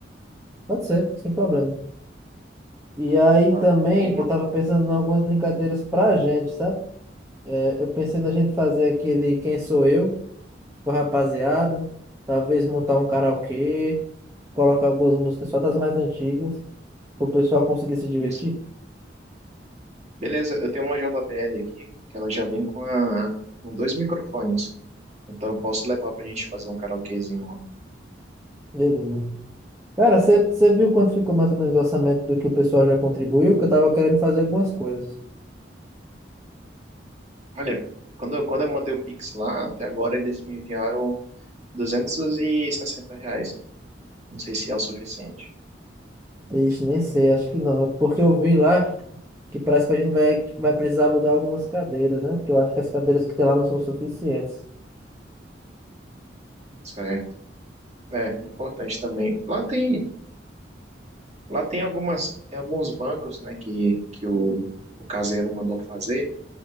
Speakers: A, on the right; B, on the right.
A: Pode ser, sem problema. E aí
B: Tá.
A: também
B: Então,
A: eu tava pensando em algumas brincadeiras pra gente, sabe? É, eu pensei na gente fazer aquele Quem Sou Eu com a rapaziada, talvez montar um karaokê, colocar algumas músicas só das mais antigas, pro pessoal conseguir se divertir.
B: isso. Beleza, eu tenho uma JBL aqui, que ela já vem com, a... com dois microfones. Então eu posso levar pra gente fazer um karaokezinho lá.
A: Beleza. Cara, você viu quanto ficou mais ou menos o orçamento do que o pessoal já contribuiu? Que eu tava querendo fazer algumas coisas.
B: Olha, quando eu, quando eu mandei o Pix lá, até agora eles me enviaram 260 reais. Não sei se é o suficiente.
A: Ixi, nem sei, acho que não. é Porque eu vi lá que parece que a gente vai, vai precisar alugar algumas cadeiras, né? Porque eu acho que as cadeiras que tem lá não são suficientes.
B: Certo. É, importante também. Lá tem, lá tem algumas, tem alguns bancos, né, que, que o, o caseiro mandou fazer,